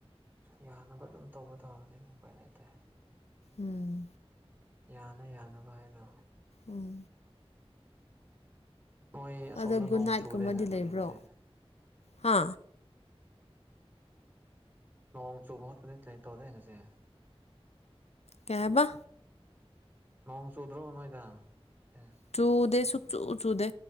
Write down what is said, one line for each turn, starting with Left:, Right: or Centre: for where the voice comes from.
Right: ꯌꯥꯅꯕ ꯑꯗꯨꯝ ꯇꯧꯕ ꯇꯥꯕꯅꯤ ꯎꯄꯥꯏ ꯂꯩꯇꯦ
Left: ꯎꯝ
Right: ꯌꯥꯅ ꯌꯥꯅꯕ ꯍꯥꯏꯅ
Left: ꯎꯝ
Right: ꯃꯣꯏ ꯑꯁꯣꯝꯗ
Left: ꯑꯗ
Right: ꯅꯣꯡ
Left: ꯒꯨꯗ ꯅꯥꯏꯠꯀꯨꯝꯕꯗꯤ
Right: ꯆꯨꯔꯦꯅ ꯈꯪꯉꯁꯦ
Left: ꯂꯩꯕ꯭ꯔꯣ ꯍꯥ
Right: ꯂꯣꯡꯣꯡ ꯣꯠ ꯂꯩꯇꯧꯗ ꯉꯁꯤ
Left: ꯀꯩ ꯍꯥꯏꯕꯥ
Right: ꯅꯣꯡ ꯆꯧꯗ꯭ꯔꯣ ꯅꯣꯏꯗ ꯑꯦ
Left: ꯆꯨꯗꯦ ꯁꯨꯛꯆꯨ ꯆꯨꯗꯦ